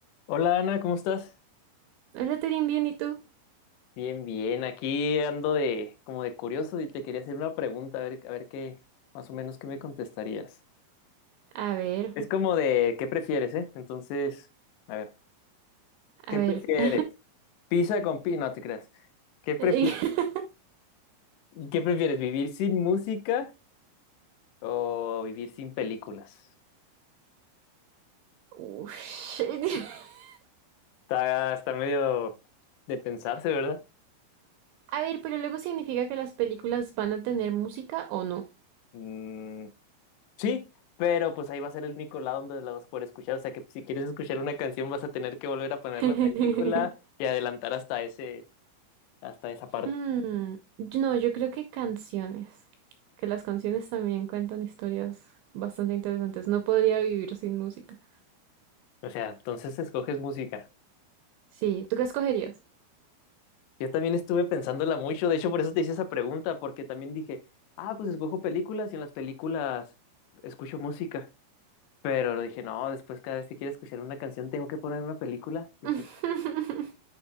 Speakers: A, on the left; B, on the right.
A: Hola Ana, ¿cómo estás?
B: Hola, Terín, bien, ¿y tú?
A: Bien, bien, aquí ando de como de curioso y te quería hacer una pregunta, a ver, a ver qué, más o menos qué me contestarías.
B: A ver,
A: Es como de qué prefieres, ¿eh? Entonces, a ver,
B: a
A: ¿qué prefieres?
B: ver. <laughs>
A: Pizza con pi, no te creas. ¿Qué prefieres?
B: Y- <laughs>
A: ¿Qué prefieres? ¿Vivir sin música o vivir sin películas?
B: Ush. <laughs>
A: Está, está medio de pensarse, ¿verdad?
B: A ver, pero luego significa que las películas van a tener música o no.
A: Mm, Sí, pero pues ahí va a ser el único lado donde la vas a poder escuchar. O sea que si quieres escuchar una canción vas a tener que volver a poner
B: <laughs>
A: la película y adelantar hasta ese, hasta esa parte.
B: Hmm, yo- No, yo creo que canciones. Que las canciones también cuentan historias bastante interesantes. No podría vivir sin música.
A: O sea, entonces escoges música.
B: Sí, ¿tú qué escogerías?
A: Yo también estuve pensándola mucho, de hecho por eso te hice esa pregunta, porque también dije, ah, pues escojo películas y en las películas escucho música. Pero dije, no, después cada vez que quiero escuchar una canción tengo que poner una película. Dije,
B: <laughs>